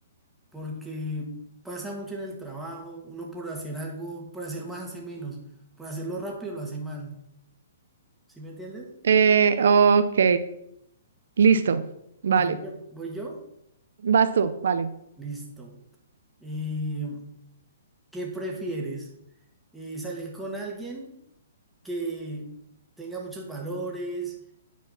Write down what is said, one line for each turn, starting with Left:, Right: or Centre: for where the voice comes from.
Centre: Porque pasa mucho en el trabajo, uno por hacer algo, por hacer más hace menos, por hacerlo rápido lo hace mal, ¿sí me entiendes?
Right: Eh, ok, listo. Vale.
Centre: Voy yo, voy yo,
Right: vas tú, vale.
Centre: listo. Eh, ¿qué prefieres? Eh, ¿salir con alguien que tenga muchos valores,